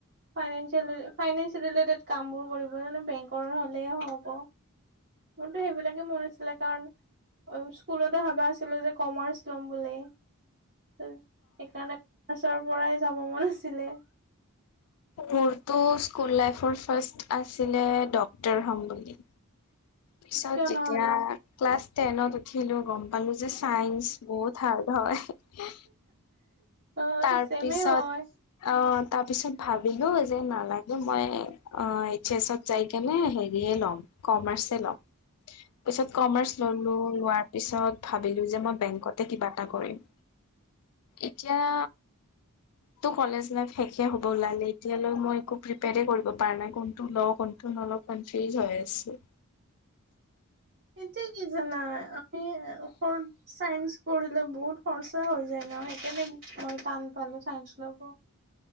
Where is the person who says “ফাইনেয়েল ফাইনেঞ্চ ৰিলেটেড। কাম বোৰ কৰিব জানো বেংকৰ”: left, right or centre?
Right